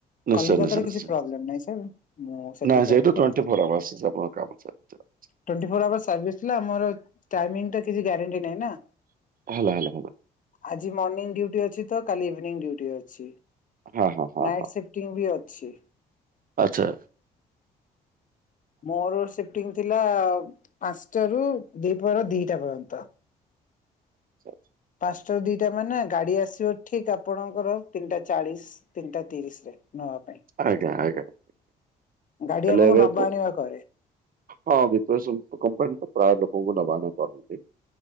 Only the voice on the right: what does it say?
ନିଶ୍ଚୟ
ନିଶ୍ଚୟ ନିଶ୍ଚୟ।
ନା
ସେଇଠୁ ଟ୍ୱେଣ୍ଟି ଫୋର୍ ଆୱାର୍ସ କାମ ଚା। <unintelligible>
ହିଲ ହାଲ ହାଲ।
ହଁ ହଁ ହଁ
ହ
ଆଛା।
<inaudible>
ଆଜ୍ଞା ଆଜ୍ଞା ହେଲେ
ଏବେ
କ
ହଁ ବିପସପ କମ୍ପାନୀ ତ ପ୍ରାୟ ଲୋକଙ୍କୁ ନବାକୁ କରନ୍ତି।